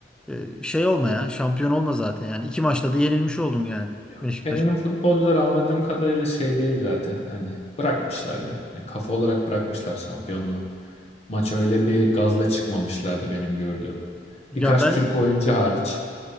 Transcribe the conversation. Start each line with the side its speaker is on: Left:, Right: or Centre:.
Centre: e, şey olma ya şampiyon olma zaten yani iki maçta da yenilmiş oldun yani
Left: Ya,
Centre: Beşiktaş'a.
Left: Fener'in futbolcuları anladığım kadarıyla şey değil zaten. Hani bırakmışlar ya. Yani kafa olarak bırakmışlar şampiyonluğu. Maça öyle bir gazla çıkmamışlardı benim gördüğüm.
Centre: Ya
Left: Birkaç
Centre: ben
Left: Türk oyuncu hariç.